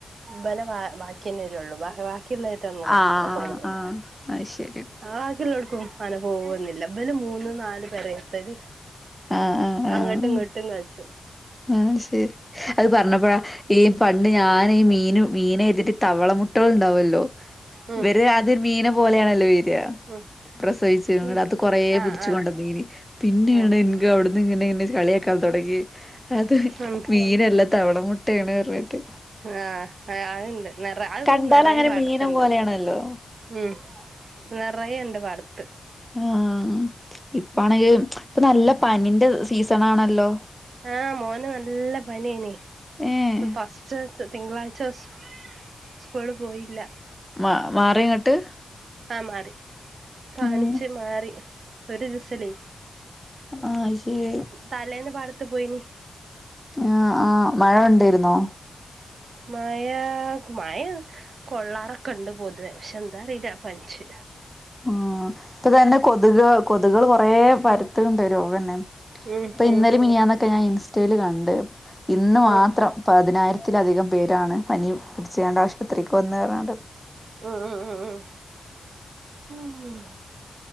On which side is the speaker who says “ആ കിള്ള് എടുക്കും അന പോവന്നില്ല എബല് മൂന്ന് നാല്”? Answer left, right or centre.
Right